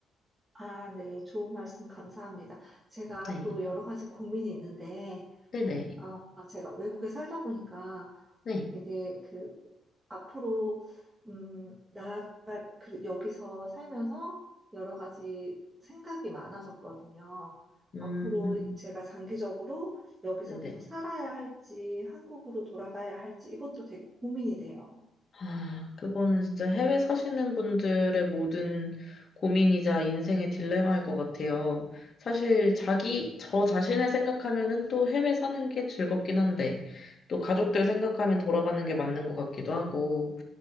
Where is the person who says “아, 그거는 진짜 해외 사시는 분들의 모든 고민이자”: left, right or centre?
Left